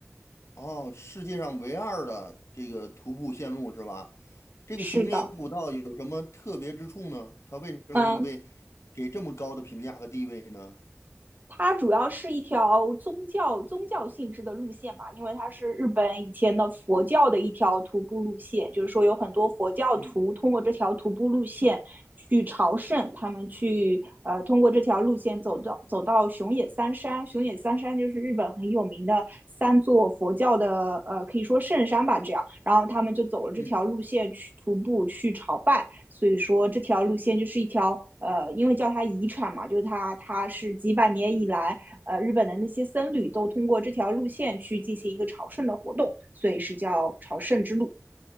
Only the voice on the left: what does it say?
哦，世界上唯二的这个徒步线路是吧？这个熊野古道有什么特别之处呢？
它为什么能被
给这么高的评价和地位呢？
嗯
嗯，